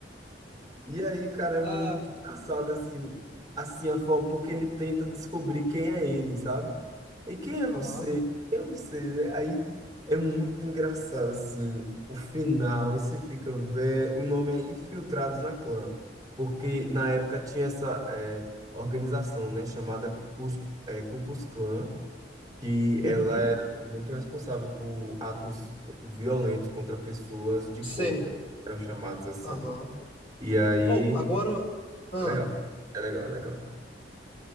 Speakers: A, on the right; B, on the left.
A: E aí, cara, é
B: Ah,
A: muito engraçado assim, assim a forma, porque ele tenta descobrir quem é ele, sabe? E quem é você?
B: aham,
A: Quem é você? né? Aí é muito engraçado assim, o final, e você fica velho, o nome é Infiltrados
B: uhum,
A: na Clã, porque
B: uhum,
A: na época tinha essa é, organização, né, chamada Cus, é, Ku Klux Klan, que
B: uhum,
A: ela era muito responsável por atos violentos contra pessoas de
B: sei.
A: cor, né? Eram chamados assim.
B: Aham.
A: E aí
B: Ou, agora. ah
A: é legal. É legal, é legal.